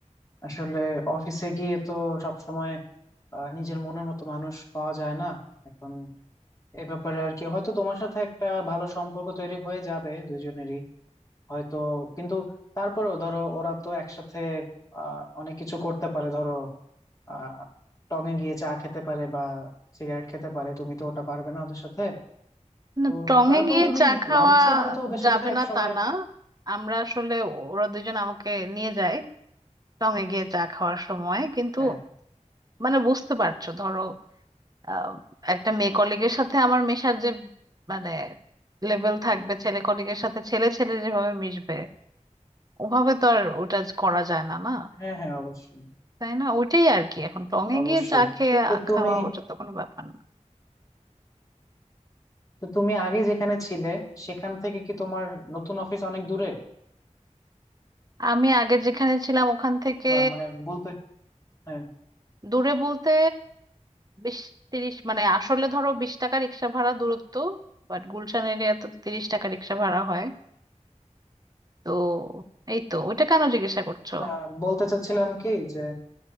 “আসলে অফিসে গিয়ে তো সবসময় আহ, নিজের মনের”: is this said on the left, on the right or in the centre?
Left